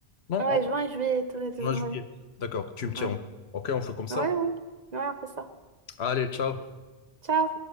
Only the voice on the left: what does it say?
Non,
en
juin,
juillet. D'accord, tu me tiens.
au- Ok, on fait comme ça.
Allez, ciao.